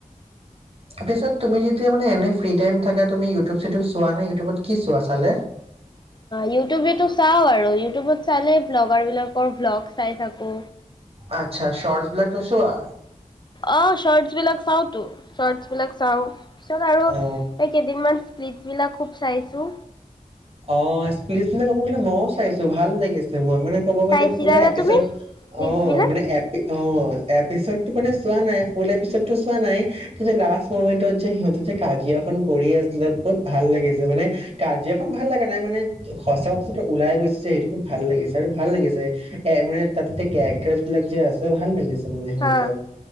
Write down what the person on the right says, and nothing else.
পিছত তুমি যেতিয়া মানে এনে ফিৰি টাইম থাকে তুমি ইউটিউব চিউটিউব চোৱা নাই ইউটিউবত কি চোৱা চালে
আচ্ছা শৰ্টছ বিলাকো চোৱা
অ
অ প্লিজ বুলি ক'ব গলে ময়ও চাইছো ভাল লাগিছে মই মানে ক'ব গলে
পুৰা এপিছত
অ
মানে এ অ এপিসদ টো মানে চোৱা নাই ফুল এপিচটো চোৱা নাই কি লাষ্ট মমেন্টত যে সিহঁতে যে কাজিয়াখন কৰি আছিলে বহুত ভাল লাগিছে মানে কাজিয়া খন ভাল লগা নাই মানে সঁচা কথা ওলাই গৈছে যে সেইটো বত ভাল লাগিছে আৰু ভাল লাগিছে এ মানে তাতে যে কেৰেক্টাৰ বিলাক যে আছে ভাল লাগিছে মানে সিহঁতক।